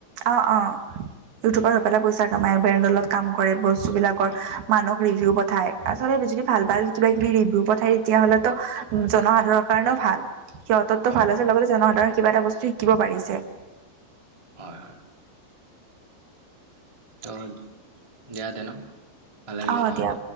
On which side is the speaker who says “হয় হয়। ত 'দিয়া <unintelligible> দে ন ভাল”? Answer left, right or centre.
Right